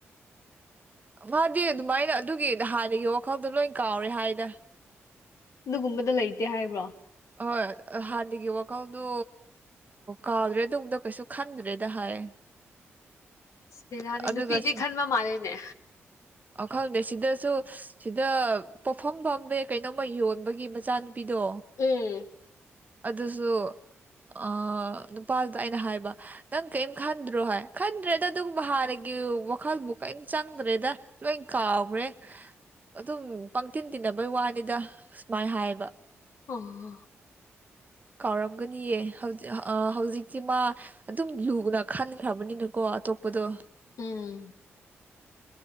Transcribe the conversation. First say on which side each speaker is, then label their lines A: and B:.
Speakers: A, on the right (about 30°); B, on the left (about 70°).
A: ꯃꯥꯗꯤ ꯑꯗꯨꯃꯥꯏꯅ ꯑꯗꯨꯒꯤ ꯍꯥꯟꯅꯒꯤ ꯋꯥꯈꯜꯗꯣ ꯂꯣꯏ ꯀꯥꯎꯔꯦ ꯍꯥꯏꯅ
B: ꯑꯗꯨꯒꯨꯝꯕꯗ ꯂꯩꯇꯦ ꯍꯥꯏꯕ꯭ꯔꯣ
A: ꯍꯣꯏ ꯍꯥꯟꯅꯒꯤ ꯋꯥꯈꯜꯗꯣ ꯀꯥꯎꯗ꯭ꯔꯦꯗꯣꯝꯗ ꯀꯩꯁꯨ ꯈꯟꯗ꯭ꯔꯦꯗ ꯍꯥꯏ
B: ꯕꯤꯔꯅꯤ
A: ꯑꯗꯨꯒ
B: ꯅꯨꯄꯤꯗꯤ
A: ꯁꯤ
B: ꯈꯟꯕ ꯃꯥꯜꯂꯤꯅꯦ
A: ꯑ ꯈꯪꯗꯦ ꯁꯤꯗꯁꯨ ꯁꯤꯗ ꯄꯣꯐꯝ ꯐꯥꯝꯕ ꯀꯩꯅꯣꯝꯃ ꯌꯣꯟꯕꯒꯤ ꯃꯆꯥꯅꯨꯄꯤꯗꯣ
B: ꯎꯝ
A: ꯑꯗꯨꯁꯨ ꯑ ꯅꯨꯄꯥꯗꯨꯗ ꯑꯩꯅ ꯍꯥꯏꯕ ꯅꯪ ꯀꯔꯤꯝ ꯈꯟꯗ꯭ꯔꯣ ꯍꯥꯏ ꯈꯟꯗ꯭ꯔꯦꯗ ꯑꯗꯨꯒꯨꯝꯕ ꯍꯥꯟꯅꯒꯤ ꯋꯥꯈꯜꯕꯨ ꯀꯔꯤꯝ ꯆꯪꯗ꯭ꯔꯦꯗ ꯂꯣꯏ ꯀꯥꯎꯈ꯭ꯔꯦ ꯑꯗꯨꯝ ꯄꯪꯊꯤꯟ ꯇꯤꯟꯅꯕꯩ ꯋꯥꯅꯤꯗ ꯁꯨꯃꯥꯏꯅ ꯍꯥꯏꯌꯦꯕ
B: ꯑꯣ
A: <unintelligible> ꯀꯥꯎꯔꯝꯒꯅꯤꯑ ꯍꯧꯖꯤꯛ ꯍꯧꯖꯤꯛꯇꯤ ꯃꯥ ꯑꯗꯨꯝ ꯂꯨꯅ ꯈꯟꯈ꯭ꯔꯕꯅꯤꯅꯀꯣ ꯑꯇꯣꯞ ꯄꯗꯣ
B: ꯎꯝ